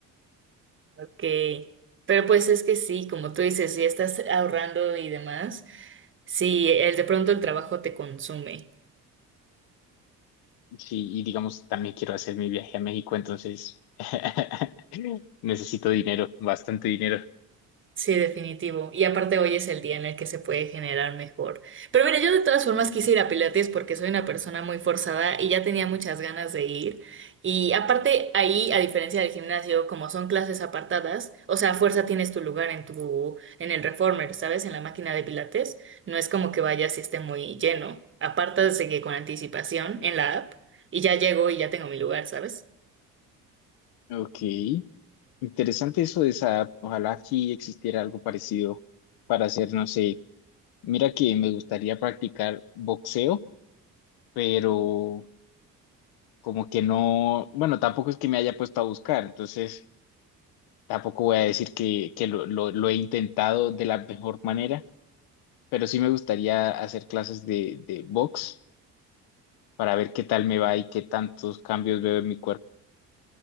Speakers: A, on the right (about 25°); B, on the left (about 50°).
A: Ok, pero pues es que sí, como tú dices, si estás ahorrando y demás, si el de pronto el trabajo te consume.
B: Sí, y digamos, también quiero hacer mi viaje a México, entonces <laughs> necesito dinero, bastante dinero.
A: Sí, definitivo. Y aparte hoy es el día en el que se puede generar mejor. Pero mira, yo de todas formas quise ir a Pilates porque soy una persona muy forzada y ya tenía muchas ganas de ir. Y aparte ahí, a diferencia del gimnasio, como son clases apartadas, o sea, a fuerza tienes tu lugar en tu, en el reformer, ¿sabes? En la máquina de Pilates. No es como que vayas y esté muy lleno. Apartas de que con anticipación en la app y ya llego y ya tengo mi lugar, ¿sabes?
B: Ok, interesante eso de esa, ojalá aquí existiera algo parecido para hacer, no sé, mira que me gustaría practicar boxeo, pero... como que no, bueno, tampoco es que me haya puesto a buscar, entonces tampoco voy a decir que, que lo, lo- lo he intentado de la mejor manera, pero sí me gustaría hacer clases de, de box para ver qué tal me va y qué tantos cambios veo en mi cuerpo.